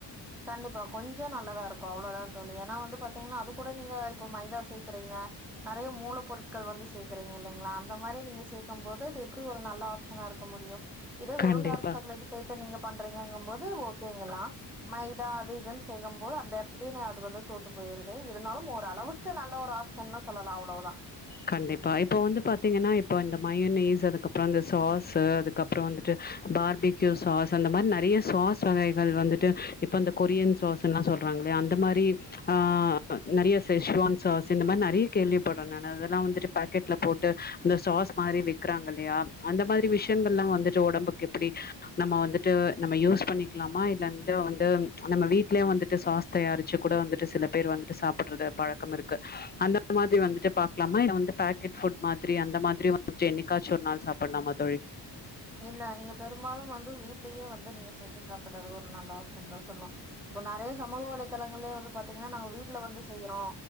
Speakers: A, in the centre; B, on the left.
A: கண்டிப்பா கொஞ்சம் நல்லதா இருக்கும் அவ்வளோதான் தோழி ஏன்னா வந்து பாத்தீங்கன்னா அது கூட நீங்க இப்ப மைதா சேர்க்கிறீங்க நிறைய மூல பொருட் க்கள் வந்து சேர்க்கறீங்க இல்லைங்களா அந்த மாதிரி நீங்க சேர்க்கும் போது இது எப்படி ஒரு நல்ல ஆப்ஷனா இருக்க முடியும் இத வெறும்
B: கண்டிப்பா
A: டார்க் சாக்லேட் சேர்த்து நீங்க பண்றீங்கங்கும் போது ஓகேங்களா மைதா அது இதுன்னு செக்கும் போது அந்த இடத்துலயே அது வந்து தோத்து போயிருது இருந்தாலும் ஓரளவுக்கு க்கு நல்ல ஒரு ஆப்ஷன்னனு சொல்லா அவ்ளவுதா
B: கண்டிப்பா இப்ப வந்து பாத்தீங்கன்னா இப்ப இந்த மயனீஸ் அதுக்கப்புற அந்த சாஸ்சு அதுக்கப்ப புறம் வந்துட்டு பார்பிக்யூ சாஸ் அந்த மாரி நெறைய சாஸ் வகைகள் வந்துட்டு இப்போ அந்த கொரியன் சாஸ் எல்லா சொல்றாங்களையா அந்த மாரி ஆ நெறைய சேஸ்வான் சாஸ் இந்த மாரி நெறைய கேள்விப்பட <unintelligible> அதெல்லா வந்துட்டு பாக்கெட்ல போட்டு இந்த சாஸ் மாரி விக்கிறாங்க இல்லையா அந்த மாரி விஷயங்கள் எல்லா வந்து ச்சு ஒடம்புக்கு எப்டி நம்ம வந்துட்டு நம்ம யூஸ் பண்ணிக்கலாமா இல்லன்டு வந்து நம்ம வீட்லயே வந்துட்டு சாஸ் தயாரிச்சு கூட வந்துட்டு சில பேர் வந்துட்டு சாப்பிடுறது பழக்கம் இருக்கு அந்த மாரி வந்துட்டு பாக்கலாம இல்ல வந்து பேக்கெட் ஃபுட் மாரி அந்த மாரி வந்து என்னைக்காச்சு ஒரு நாள் சாப்பிட்லாமா தோழி
A: இல்ல நீங்க பெரும்பாலும் வந்து வீட்லயே வந்து நீங்க செஞ்சு சாப்பிடுறது ஒரு நல்ல ஆப்ஷன் தா சொல்லாம் இப்ப நெறைய சமூக வலைதளங்களே வந்து பாத்தீங்கன்னா நாங்க வீட்டுல வந்து செய்யறோ